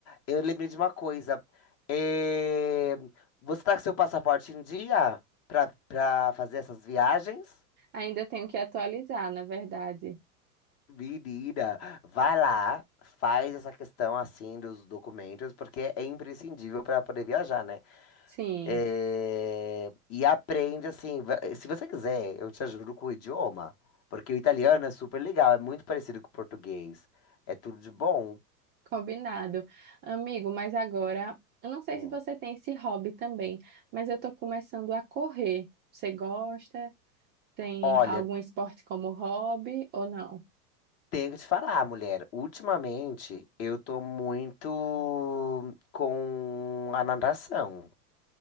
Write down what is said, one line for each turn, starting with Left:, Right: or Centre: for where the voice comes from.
Left: eu lembrei de uma coisa. Eh, Você tá com seu passaporte em dia pra, pra fazer essas viagens?
Right: Ainda tenho que atualizar, na verdade.
Left: Menina, vai lá, faz essa questão assim dos documentos, porque é imprescindível para poder viajar, né?
Right: Sim,
Left: É, E aprende assim, va- eh, se você quiser, eu te ajudo com o idioma, porque o italiano é super legal, é muito parecido com o português, é tudo de bom.
Right: combinado. Amigo, mas agora, eu não sei
Left: Hum.
Right: se você tem esse hobby também, mas eu tô começando a correr. Você gosta? Tem
Left: Olha,
Right: algum esporte como hobby ou não?
Left: tenho que te falar, mulher, ultimamente eu tô muito com a natação.